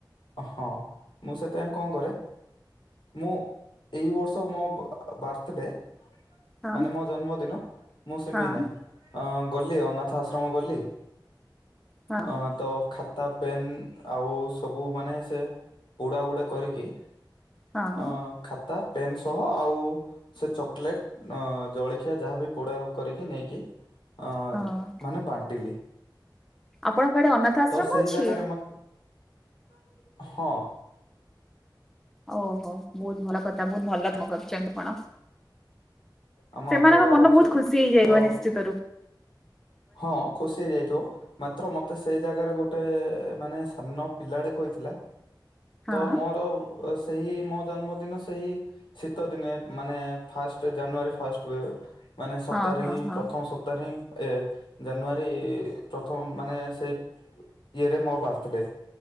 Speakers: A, on the left; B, in the centre.
A: ହଁ ମୁଁ ସେଥିପାଇଁ କଣ କରେ ମୁଁ ଏଇ ବର୍ଷ ମୋ ବାର୍ଥଡ଼େ।
B: ହଁ
A: ମାନେ ମୋ ଜନ୍ମଦିନ, ମୁଁ ସେମି
B: ହଁ
A: ନାହିଁ। ଅ ଗଲି ଅନାଥ ଆଶ୍ରମ ଗଲି
B: ହଁ
A: ଅ ତ ଖାତା ପେନ୍ ଆଉ ସବୁ ମାନେ ସେ ବୁଡା ଗୁଡା କରିକି।
B: ହଁ
A: ଅ ଖାତା ପେନ୍ ସହ ଆଉ ସେ ଚକଲେଟ ଅ ଜଳଖିଆ ଯାହା ବି ପୋଡ଼ା କରିକି ନେଇକି ଅ
B: ହଁ
A: ମାନେ ବାଣ୍ଟିଲି।
B: ଆପଣଙ୍କ ଆଡେ ଅନାଥ ଆଶ୍ରମ
A: ତ ସେଇ
B: ଅଛି
A: ଜାଗାରେ ମ <inaudible> ହଁ।
B: ଓହୋ, ବହୁତ ଭଲ କଥା, ବହୁତ ଭଲ ତମେ କରିଛନ୍ତି କଣ।
A: ଆମ
B: ସେମାନଙ୍କ
A: ଅଞ୍ଚଳରେ
B: ମନ
A: ଅଛି
B: ବହୁତ ଖୁସି ହେଇ ଯାଇଥିବ
A: ତ
B: ନିଶ୍ଚିତରୂ।
A: ହଁ ଖୁସି ହେଇ ଯାଇଥିବ। ମାତ୍ର ମୋତେ ସେ ଜାଗାରେ ଗୋଟେ ମାନେ ସାନ ପିଲାଟେ କହିଥିଲା।
B: ହଁ
A: ତ ମୋର ସେହି ମୋ ଜନ୍ମଦିନ ସେହି ଶୀତ ଦିନେ ମାନେ ଫାଷ୍ଟ ଜାନୁଆରୀ ଫାଷ୍ଟ ହୁଏ। ମାନେ ସପ୍ତାହରେ
B: ହଁ ହଁ
A: ହିଁ
B: ହଁ
A: ପ୍ରଥମ ସପ୍ତାହରେ ହିଁ ଏ ଜାନୁଆରୀ ପ୍ରଥମ ମାନେ ସେଇ ଇଏରେ ମୋ ବାର୍ଥଡେ